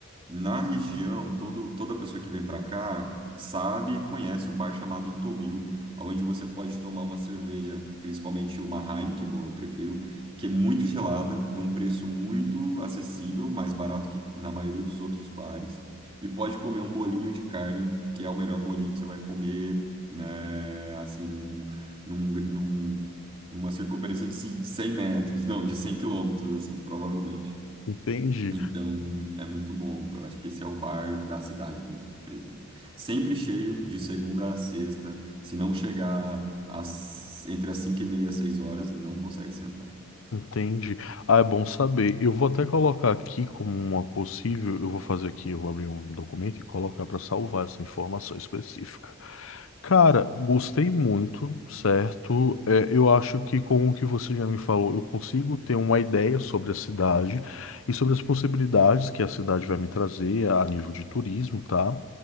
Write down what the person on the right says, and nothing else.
na região, todo, toda pessoa que vem para cá sabe e conhece um bar chamado Tomil, onde você pode tomar uma cerveja, principalmente uma Heineken, bom, eu prefiro, que é muito gelada, num preço muito acessível, mais barato que na maioria dos outros bares. E pode comer um bolinho de carne, que é o melhor bolinho que você vai comer, né, assim, num, num- numa circunferência de ci- 100 metros, não, de 100 quilômetros, assim, provavelmente.
Então, é muito bom. Eu acho que esse é o bar da cidade mesmo, representa. Sempre cheio, de segunda a sexta. Se não chegar às- entre as 5 e meia e 6 horas, não consegue sentar.